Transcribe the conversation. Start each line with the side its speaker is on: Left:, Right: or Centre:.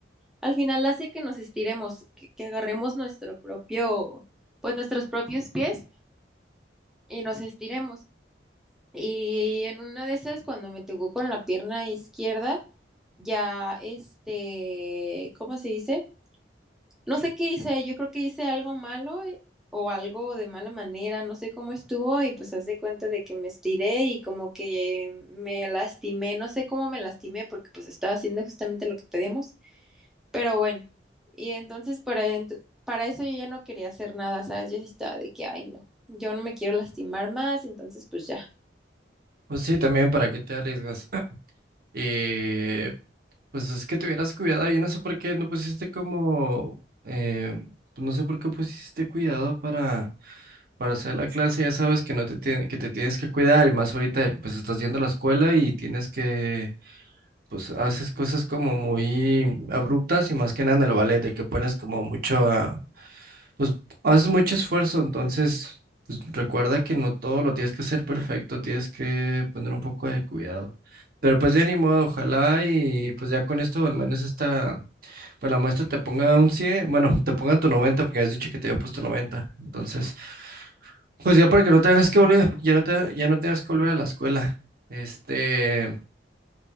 Centre: Al final hace que nos estiremos, que, que agarremos nuestro propio, pues nuestros propios pies y nos estiremos. Y en una de esas, cuando me tocó con la pierna izquierda, ya este, ¿cómo se dice? No sé qué hice, yo creo que hice algo malo eh, o algo de mala manera, no sé cómo estuvo y pues haz de cuenta de que me estiré y como que me lastimé, no sé cómo me lastimé porque pues estaba haciendo justamente lo que pedimos Pero bueno, y entonces para, ent- para eso yo ya no quería hacer nada, ¿sabes? Yo sí estaba de que, ay, no, yo no me quiero lastimar más, entonces pues ya.
Right: Pues sí, también para qué te arriesgas. <clears throat> Y pues es que te hubieras cuidado. Yo no sé por qué no pusiste como, eh, pues no sé por qué pusiste cuidado para, para hacer la clase. Ya sabes que no te tiene- que te tienes que cuidar y más ahorita de que pues estás yendo a la escuela y tienes que pues haces cosas como muy abruptas y más que nada en el ballet, de que pones como mucho, a- pues haces mucho esfuerzo, entonces pues, recuerda que no todo lo tienes que hacer perfecto, tienes que poner un poco de cuidado. Pero pues ya ni modo, ojalá y pues ya con esto al menos esta, pues la muestra te ponga un 100 bueno, te ponga tu 90 porque has dicho que te había puesto noventa Entonces, pues ya para que no tengas que volver, ya no te, ya no tengas que volver a la escuela. Este,